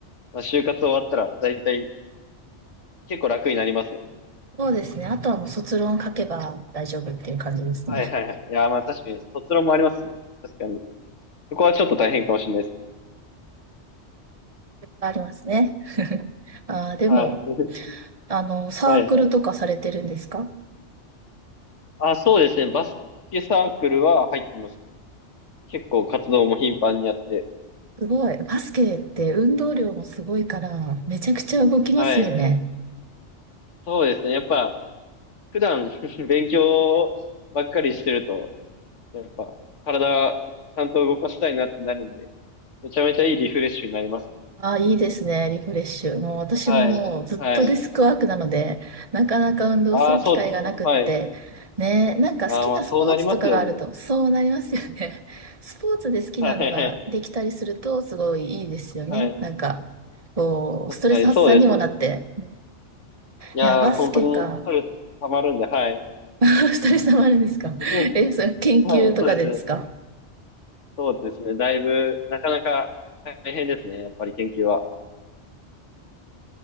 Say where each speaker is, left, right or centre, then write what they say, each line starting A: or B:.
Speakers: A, on the left; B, on the right.
A: まあ、就活終わったら大体結構楽になりますよね。
B: そうですね。あとはもう卒論書けば大丈夫っていう感じですね。
A: はいはいはい。いや、まあ確かに卒論もありますね。確かに。そこはちょっと大変かもしれないです。
B: ありますね。あー、でも、
A: はい。<laughs>
B: あの、サークルとかされてるんですか
A: はい。あ、そうですね。バスケサークルは入ってますね。結構活動も頻繁にやって。
B: すごい。バスケって運動量もすごいから、めちゃくちゃ動きますよね。
A: はい。そうですね。やっぱ、普段 <laughs> 勉強ばっかりしてると、やっぱ、体、ちゃんと動かしたいなってなるんで、めちゃめちゃいいリフレッシュになりますね。
B: あ、いいですね、リフレッシュ。もう私ももうずっとデスクワークなので、
A: はい。はい。
B: なかなか運動する機会がなくって、
A: ああ、そうですか。はい。
B: ね、なんか好きなスポーツとかがあると、
A: ああ、まあ、そうなりますよね。
B: そうなりますよね。<laughs> スポーツで好きなのができたりすると、
A: はい。
B: すごいいいですよね。
A: はい。
B: なんか、こう、ストレス発散にもなって。
A: はい、そうですね。いやー、
B: いや、バスケか。
A: 本当にストレス溜まるんで、はい。
B: <laughs> ストレス溜まるんですか
A: <laughs>
B: <laughs> え、それ研究とかでですか
A: はい、そうですね。そうですね。だいぶ、なかなか大変ですね。やっぱり研究は。